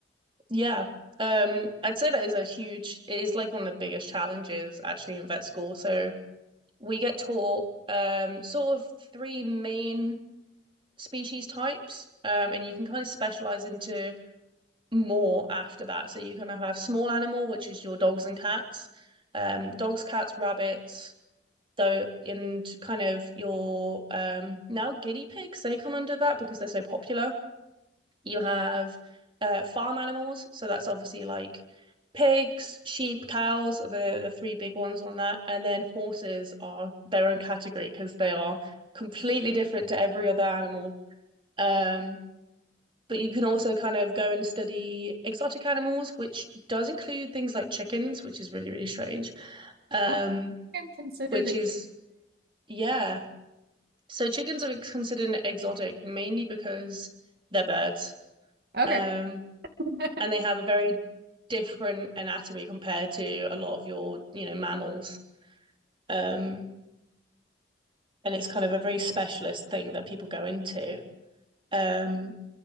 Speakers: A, on the right; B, on the right.
A: yeah. Um, I'd say that is a huge, it is like one of the biggest challenges actually in vet school. So we get taught um sort of three main species types, um, and you can kind of specialize into more after that. So you're going to have small animal, which is your dogs and cats, um, dogs, cats, rabbits, though, and kind of your um, now guinea pigs. They come under that because they're so popular. You have uh, farm animals, so that's obviously like pigs, sheep, cows are the the three big ones on that, and then horses are their own category because they are completely different to every other animal. Um, but you can also kind of go and study exotic animals, which does include things like chickens, which is really, really strange. Um,
B: How been considered
A: which
B: a
A: is, yeah. So chickens are considered exotic mainly because they're birds.
B: Okay.
A: Um,
B: <laughs>
A: and they have a very different anatomy compared to a lot of your, you know, mammals. Um, and it's kind of a very specialist thing that people go into. Um,